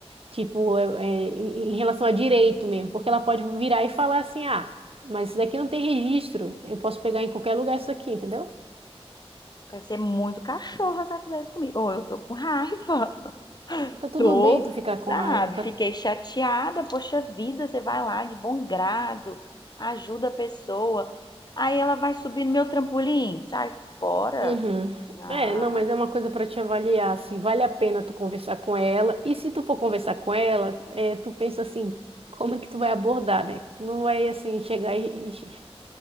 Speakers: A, on the right; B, on the left.
A: Tipo, é- é, em em relação a direito mesmo, porque ela pode virar e falar assim, ah, mas isso daqui não tem registro, eu posso pegar em qualquer lugar isso aqui, entendeu?
B: Vai ser muito cachorro se ela fizer isso comigo. Ou eu tô com raiva.
A: Tá tudo
B: Tô,
A: bem tu ficar com
B: sabe?
A: raiva. Tá...
B: Fiquei chateada, poxa vida, você vai lá de bom grado, ajuda a pessoa. Aí ela vai subir no meu trampolim, sai fora.
A: Uhum.
B: Ah,
A: É, não, mas é uma coisa para te avaliar, se vale a pena tu conversar com ela. E se tu for conversar com ela, é, tu pensa assim, como é que tu vai abordar, né? Não vai assim chegar e, e che-